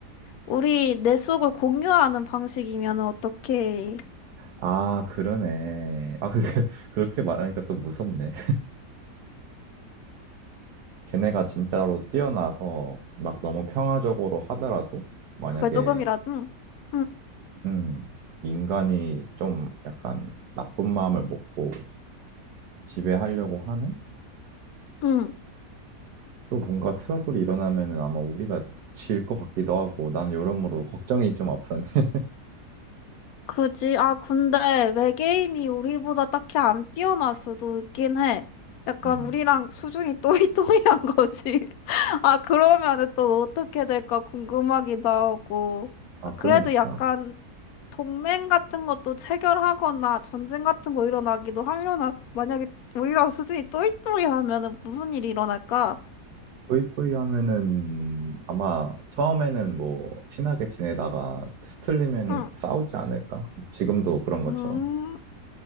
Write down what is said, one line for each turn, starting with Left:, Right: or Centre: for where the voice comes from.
Left: 우리 내 속을 공유하는 방식이면 어떻게
Right: 아, 그러네. 아, 근데 <laughs> 그렇게 말하니까 또 무섭네. 걔네가 진짜로 뛰어나서 막 너무 평화적으로 하더라도 만약에,
Left: 그걸 조금이라도 응, 응,
Right: 음, 인간이 좀 약간 나쁜 마음을 먹고 지배하려고 하면
Left: 응.
Right: 또 뭔가 트러블이 일어나면은 아마 우리가 질 것 같기도 하고 난 여러모로 걱정이 좀 앞서네. <laughs>
Left: 그지? 아 근데 외계인이 우리보다 딱히 안 뛰어날 수도 있긴 해. 약간
Right: 음.
Left: 우리랑 수준이 또이또이한 거지. <laughs> 아 그러면은 또 어떻게 될까 궁금하기도 하고.
Right: 아
Left: 아, 그래도
Right: 그러니까
Left: 약간 동맹 같은 것도 체결하거나 전쟁 같은 거 일어나기도 하려나? 만약에 우리랑 수준이 또이또이하면은 무슨 일이 일어날까?
Right: 또이또이 하면은 아마 처음에는 뭐 친하게 지내다가 스틀리면은
Left: 응.
Right: 싸우지 않을까? 지금도 그런 것처럼.
Left: 음.